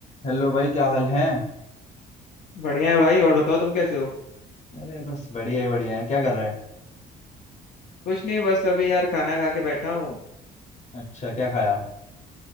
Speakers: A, on the left; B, on the left.
A: Hello भाई क्या हाल है
B: बढ़िया है भाई और बताओ तुम कैसे हो
A: अरे बस बढ़िया ही बढ़िया है क्या कर रहे हैं
B: कुछ नहीं बस अभी यार खाना खा के बैठा हूँ
A: अच्छा क्या खाया